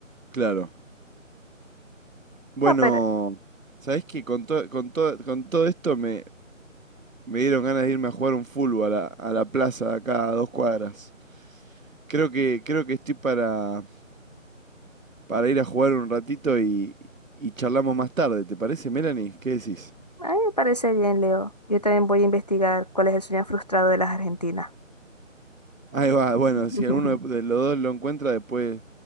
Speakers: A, on the right (about 80°); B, on the left (about 30°).
A: claro. Bueno,
B: No, pero
A: ¿sabés qué? Con, to- con, to- con todo esto me, me dieron ganas de irme a jugar un fútbol a, la a la plaza de acá a dos cuadras. Creo que, creo que estoy para, para ir a jugar un ratito y, y charlamos más tarde. ¿Te parece, Melanie? ¿Qué decís?
B: a mí me parece bien, Leo. Yo también voy a investigar cuál es el sueño frustrado de las argentinas.
A: Ahí va, bueno,
B: <laughs>
A: si alguno de de los dos lo encuentra, después,